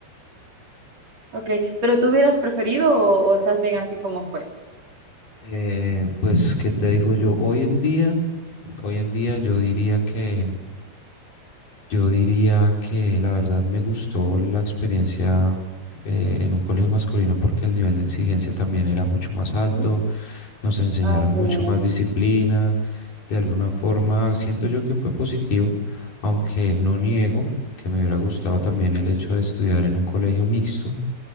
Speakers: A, on the right (about 40°); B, on the left (about 50°).
A: Ok, pero ¿tú hubieras preferido o, o estás bien así como fue?
B: Eh, pues, ¿qué te digo yo? Hoy en día, hoy en día yo diría que, yo diría que la verdad me gustó la experiencia eh, en un colegio masculino porque el nivel de exigencia también era mucho más alto,
A: Sí.
B: nos enseñaron
A: Ah, sí,
B: mucho
A: me imagino.
B: más disciplina, de alguna forma siento yo que fue positivo, aunque no niego que me hubiera gustado también el hecho de estudiar en un colegio mixto